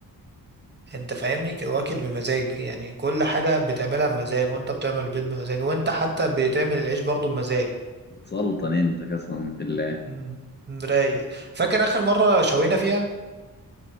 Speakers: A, on the right; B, on the left.
A: أنت فاهمني ك- واكل بمزاج يعني كل حاجة بتعملها بمزاج وأنت بتعمل البيض بمزاج وأنت حتى بتعمل العيش برضو بمزاج
B: سلطن انت قسما بالله
A: مم، رايق فاكر آخر مرة شوينا فيها